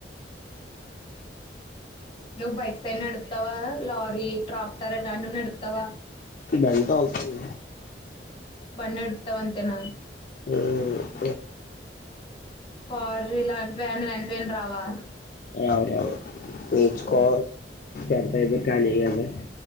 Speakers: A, on the left; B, on the left.
A: నువ్ బైక్స్ అవి నడుపుతావ లారీ ట్రాక్టర్ ఇట్టాంటివి నడుపు తవా
B: బండి తోల్తను
A: బండి నడుపుతావ్ అంతేనా
B: ఉమ్
A: కారు ఇలాంటివన్ని నడిపేకి రావా
B: రావు రావు నేర్చుకో
A: ఓ
B: టెన్త్ అయిపోయాక ఖాళీ కదా